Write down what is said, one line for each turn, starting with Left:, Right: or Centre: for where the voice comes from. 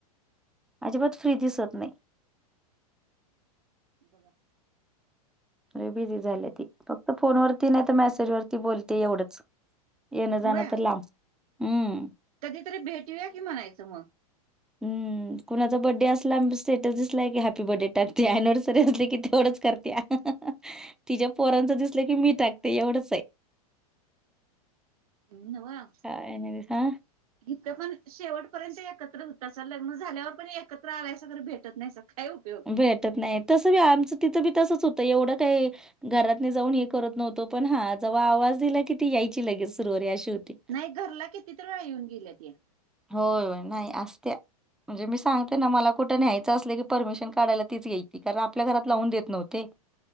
Centre: अजिबात फ्री दिसत नाही.
Right: बघा
Centre: लय बिझी झाले ती फक्त फोनवरती नायत मेसेज वरती बोलते एवढंच येणं
Right: होय
Centre: जाणं तर लांब अम्म
Right: कधीतरी भेटूया की म्हणायचं म
Centre: हम्म कुणाचा बड्डे असला स्टेटस दिसलाय की हॅपी बर्थडे टाकते एनिवर्सरी असली की तेवढच करत्या तिज्या पोरांच दिसलं की मी टाकते एवढंचय
Right: हं न्हवं
Centre: काय नाय बय का
Right: इथं पण शेवटपर्यंत एकत्र होतासा लग्न झाल्यावर पण एकत्र आल्यासां तर भेटत नायसा काय उपयोग
Centre: भेटत नाय तसं बी आमचं तिथं बी तसंच होतं एवढं काय घरातनं जाऊन हे करत नव्हतो पण हा जवा आवाज दिला की ती यायची लगेच सुरुवरी अशी होती.
Right: नाय घरला कि कितीतरा वेळा येऊन गेल्या त्या
Centre: होय होय नाही असत्या म्हणजे मी सांगते ना मला कुठं न्यायचं अस की परमिशन काढायला तीच यायची कारण आपल्या घरात लावून देत नव्हं ते